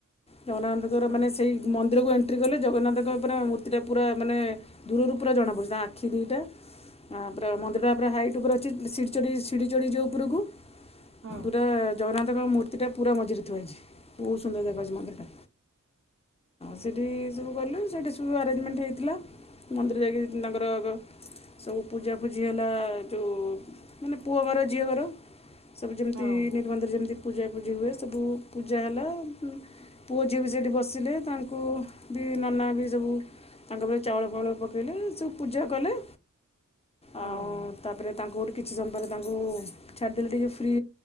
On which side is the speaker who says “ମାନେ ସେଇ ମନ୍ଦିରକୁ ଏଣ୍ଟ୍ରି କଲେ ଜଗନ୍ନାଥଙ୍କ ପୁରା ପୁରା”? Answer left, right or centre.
Left